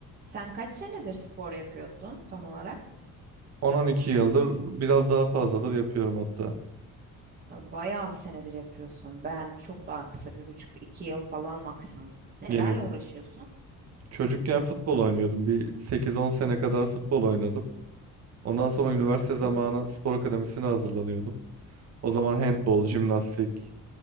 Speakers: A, on the right; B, on the right.
A: Sen kaç senedir spor yapıyordun tam olarak?
B: On-on iki yıldır biraz daha fazladır yapıyorum hatta.
A: Bayağı bir senedir yapıyorsun. Ben çok daha kısa, bir buçuk, iki yıl falan maksimum. Nelerle
B: Yeni
A: uğraşıyorsun?
B: çocukken futbol oynuyordum. Bir sekiz-on sene kadar futbol oynadım. Ondan sonra üniversite
A: Hı hı.
B: zamanı spor akademisine hazırlanıyordum. O zaman handbol, jimnastik,